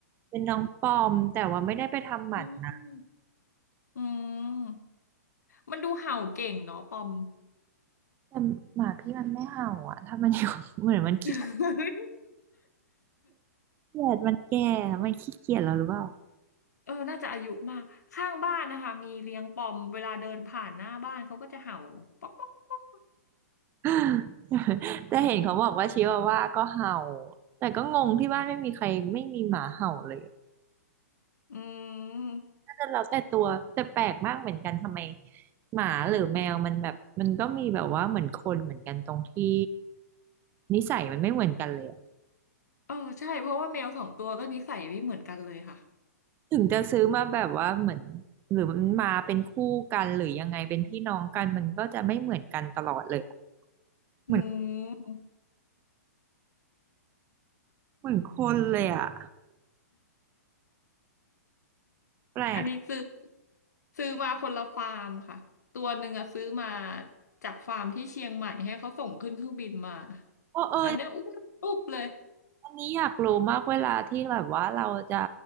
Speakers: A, on the right (about 25°); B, on the left (about 85°).
A: เป็นน้องปอมแต่ว่าไม่ได้ไปทำหมันนะ
B: อืมอืมมันดูเห่าเก่งเนาะปอม
A: แต่หมาพี่มันไม่เห่าอ่ะถ้ามันอยู่ <laughs> เหมือนมันขี้
B: <laughs>
A: เกียจมันแก่มันขี้เกียจแล้วหรือเปล่า
B: เออน่าจะอายุมากข้างบ้านนะคะมีเลี้ยงปอมเวลาเดินผ่านหน้าบ้านเขาก็จะเห่าป๊อกป๊อก
A: <laughs> แต่เห็นเขาบอกว่าชิวาว่าก็เห่าแต่ก็งงที่บ้านไม่มีใครไม่มีหมาเห่าเลย
B: อืม
A: น่าจะเราแต่ตัวแต่แปลกมากเหมือนกันทำไมหมาหรือแมวมันแบบมันก็มีแบบว่าเหมือนคนเหมือนกันตรงที่นิสัยมันไม่เหมือนกันเลยอะ
B: เออใช่เพราะว่าแมวสองตัวก็นิสัยไม่เหมือนกันเลยค่ะ
A: ถึงจะซื้อมาแบบว่าเหมือนหรือมันมาเป็นคู่กันหรือยังไงเป็นพี่น้องกันมันก็จะไม่เหมือนกันตลอดเลยอะเหมือน
B: อืม
A: เหมือนคนเลยอ่ะแปลก
B: อันนี้ซื้อซื้อมาคนละฟาร์มค่ะตัวหนึ่งอะซื้อมาจากฟาร์มที่เชียงใหม่ให้เขาส่งขึ้นเครื่องบินมา
A: เออเออ
B: อันเนี้ยอ้วนอุ๊บเลย
A: อันนี้อยากรู้มากเวลาที่แบบว่าเราจะ